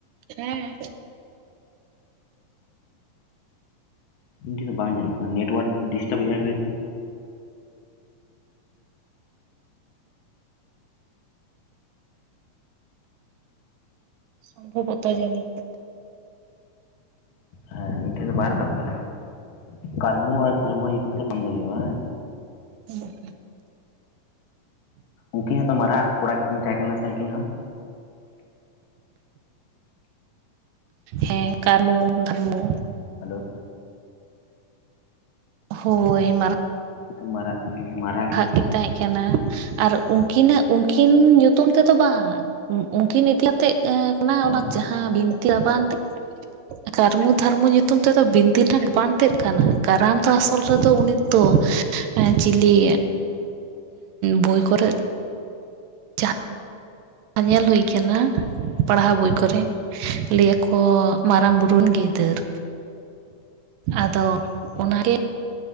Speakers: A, on the right; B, on the left.
A: ᱦᱮᱸ
B: ᱤᱧ ᱴᱷᱮᱱ ᱫᱚ ᱵᱟᱝ ᱧᱮᱞᱚᱜ ᱠᱟᱱᱟ ᱱᱮᱴᱳᱣᱟᱨᱠ ᱰᱤᱥᱴᱟᱵ ᱮᱜᱼᱟᱭ ᱦᱳᱭᱛᱚ
A: ᱥᱚᱢᱵᱷᱚᱵᱚᱛᱛᱚ ᱡᱟᱱᱤ
B: ᱦᱮᱸ ᱤᱧ ᱴᱷᱮᱱ ᱫᱚ ᱵᱟᱭ ᱨᱟᱠᱟᱵ ᱠᱟᱱᱟ ᱠᱟᱹᱨᱢᱩ ᱟᱨ ᱫᱷᱟᱹᱨᱢᱩ ᱧᱩᱛᱩᱢ ᱛᱮ ᱠᱟᱢᱤ ᱫᱚ ᱦᱩᱭᱩᱜᱼᱟ ᱵᱟᱝ?
A: ᱦᱸ
B: ᱩᱱᱠᱤᱱ ᱦᱚᱸᱛᱚ ᱢᱟᱨᱦᱟᱜ ᱠᱚᱲᱟ ᱠᱤᱱ ᱛᱟᱦᱮᱸ ᱠᱟᱱᱟ ᱥᱮ ᱩᱱᱠᱤᱱ ᱦᱚᱸ
A: ᱦᱮᱸ ᱠᱟᱨᱢᱩ ᱫᱷᱟᱨᱢᱩ
B: ᱦᱮᱞᱳ
A: ᱦᱳᱭ ᱢᱟᱨ
B: ᱛᱚ ᱢᱟᱨᱟᱜ ᱢᱟᱨ
A: ᱦᱟᱜ ᱠᱤᱱ ᱛᱟᱦᱮᱸᱜ ᱠᱟᱱᱟ ᱟᱨ ᱩᱱᱠᱤᱱᱟᱜ ᱩᱱᱠᱤᱱ ᱧᱩᱛᱩᱢ ᱛᱮᱫᱚ ᱵᱟᱝ, ᱩᱱᱠᱤᱱ ᱮᱠᱞᱟ ᱛᱮ ᱠᱟᱱᱟ
B: ᱛᱟᱦᱚᱞᱮ
A: ᱚᱱᱟ ᱡᱟᱦᱟᱸ ᱵᱤᱱᱛᱤ ᱟᱵᱟᱱ ᱛᱮ ᱠᱟᱨᱢᱩ ᱫᱷᱟᱨᱢᱚ ᱧᱩᱛᱩᱢ ᱛᱮᱫᱚ ᱵᱤᱱᱛᱤ ᱨᱮᱱᱟᱜ ᱵᱟᱝ ᱛᱮᱜ ᱠᱟᱱᱟ ᱠᱟᱨᱟᱢ ᱫᱚ ᱟᱥᱚᱞ ᱨᱮᱫᱚ ᱩᱱᱤ ᱛᱚ ᱚᱱᱮ ᱪᱤᱞᱤ ᱵᱳᱭ ᱠᱚᱨᱮᱜ ᱡᱟᱦᱟᱸ ᱧᱮᱞ ᱦᱩᱭ ᱠᱟᱱᱟ ᱯᱟᱲᱦᱟᱣ ᱵᱳᱭ ᱠᱚᱨᱮ ᱞᱟᱹᱭ ᱟᱠᱚ ᱢᱟᱨᱟᱝ ᱵᱩᱨᱩ ᱨᱮᱱ ᱜᱤᱫᱟᱹᱨ ᱟᱫᱚ ᱚᱱᱟ ᱜᱮ